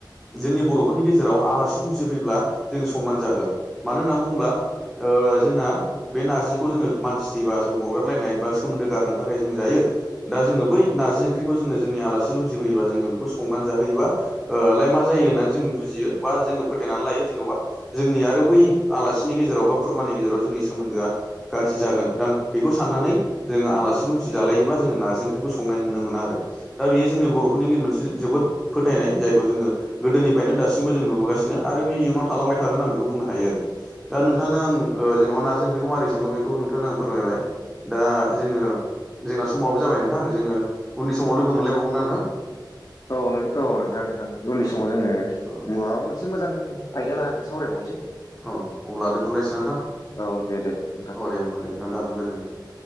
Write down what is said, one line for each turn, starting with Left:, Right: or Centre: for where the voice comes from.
Centre: जोंनि बर'फोरनि गेजेराव आलासि दुमसि फैब्ला जों संनानै जाहोआ मानो होननानै बुङोब्ला। ओ जोंना बे नारजिखौ जोङो मानसि थैबासो अरगारलायनाय बा सोमोन्दो गारो थाखाय जोङो जायो। दा जोङो बैारजि ओंख्रिखौ जोङोोंनि आलासि दुमसि फयोबा जोङो बेखौ संनानै जाहोयोबा ओ लाय मा जायो होननानै जों बुजियो बा जोङो फोथायनानै लायो जेनेबा जोंनि आरो बै आलासिनि गेजेराव बा खुरमानि गेजेराव जोंनि सोमोन्दोआ। गाज्रि जागोनां बेखौ साननानै जोङो आलासि दुमसि जालायोबा जोंङो नारजि ओंख्रिखौ संनाय नुनो मोना आरो दा बेयो जोंनि बर'फोरनि मोनसे जोबोद फोथायनाय जायखौ जोंङो। गोदोनिफ्रायनो दासिमबो जों नुबोगासिनो आरो बे इयुनाव थालांबाय थागोन आं बेखौ बुंनो हायो आरो दा नों थांनो आं जेन'बा नारजि ओंख्रिखौ माबोरै सङो बेखौ नोंथांनो आं फोरमायबाय दा जोङो जोंना समाबो जाबाय नोंथां जोङो उननि समाव लोगो मोनलायबावगोन ना नोंथां।
Left: औ नो औ नोंथां नोंथां उननि
Centre: औ
Left: समाव जोङो
Centre: औ
Left: मुवा मो से मोजां आयदया लानानै सावरायबावनोसै
Centre: औ अब्ला दोनथ'लायसै ना नोंथां
Left: औ दे दे नोंथां
Centre: औ दे होमबा दे नोंथां दानथ'दो दोनथ' दे